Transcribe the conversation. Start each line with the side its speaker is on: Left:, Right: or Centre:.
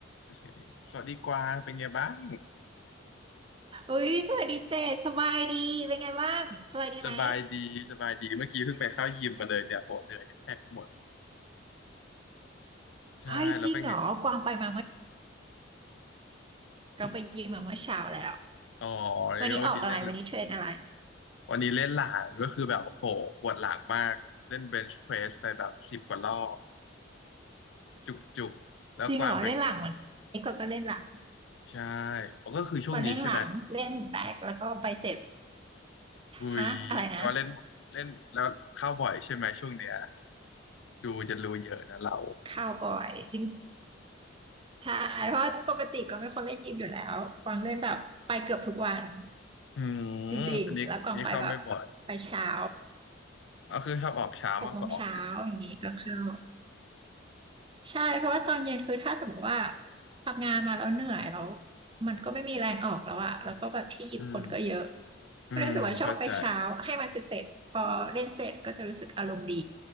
Left: โอเคสวัสดีกวางเป็นไงบ้าง
Right: เฮ้ยสวัสดีเจษสบายดีเป็นไงบ้างสบายดีไหม
Left: สบายดีสบายดีเมื่อกี้เพิ่งไปเข้ายิมมาเลยเนี่ยโหเหนื่อยแทบไปหมดใช่แล้วเป็นไง
Right: ไอ้ยจริงเหรอกวางไปมาเมื่อกวางไปยิมมาเมื่อเช้าแล้ว
Left: อ๋อแล้ววันนี้เล่นเหรอ
Right: วันนี้ออกอะไร วันนี้เทรนอะไร
Left: วันนี้เล่นหลังก็คือแบบโหปวดหลังมากเล่นเบนช์เพรสไปแบบสิบกว่ารอบจุกจุกแล้วกวางเป็น
Right: จริงเหรอเล่นหลังวันนี้กวางก็เล่นหลัง
Left: ใช่อ๋อก็คือช่วงนี้ใช่ไหม
Right: กวางเล่นหลังเล่นแบ็คแล้วก็ไบเซป
Left: อุ้ยแปลว่าเล่นเล่นแล้วเข้าบ่อยใช่ไหมช่วงเนี้ย
Right: ฮะอะไรนะ
Left: ดูจะรู้เยอะนะเรา
Right: คาวบอยจริงใช่เพราะปกติกวางเป็นคนเล่นยิมอยู่แล้วกวางเล่นแบบไปเกือบทุกวัน
Left: อืม
Right: จริงๆแล้วกวางไปแบบ
Left: อันนี้อันนี้เข้าไม่บ่อย
Right: ไปเช้า
Left: ก็คือชอบออกเช้ามากกว่าออกเย็นสุด
Right: หกโมงเช้าอย่างนี้ก็เข้า ใช่เพราะว่าตอนเย็นคือถ้าสมมติว่าทำงานมาแล้วเหนื่อยแล้วมันก็ไม่มีแรงออกแล้วอะแล้วก็แบบที่หยิบคนก็เยอะ
Left: อืม อืมเข้าใจ
Right: รู้สึกว่าชอบไปเช้าให้มันเสร็จๆพอเล่นเสร็จก็จะรู้สึกอารมณ์ดี